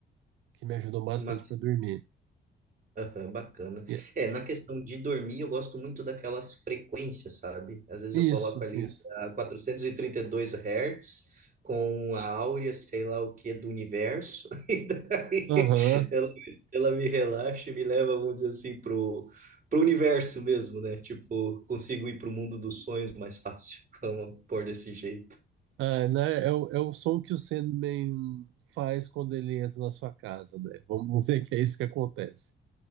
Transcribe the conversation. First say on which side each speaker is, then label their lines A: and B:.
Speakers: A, on the right (about 85°); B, on the right (about 45°).
A: que me ajudam bastante
B: uma
A: para dormir.
B: Aham, bacana.
A: E- é,
B: É, na questão de dormir, eu gosto muito daquelas frequências, sabe? Às vezes
A: Isso,
B: eu coloco ali
A: isso.
B: a quatrocentos e e trinta e dois Hz com a áurea, sei lá o que, do universo, <laughs> e daí
A: Aham.
B: ela, ela me relaxa e me leva, vamos dizer assim, pro, pro universo mesmo, né? Tipo, consigo ir pro mundo dos sonhos mais fácil, <laughs> vamos pôr desse jeito.
A: Ah, né? É o, é o som que o Sandman faz quando ele entra na sua casa, né? Vamos dizer que é isso que acontece.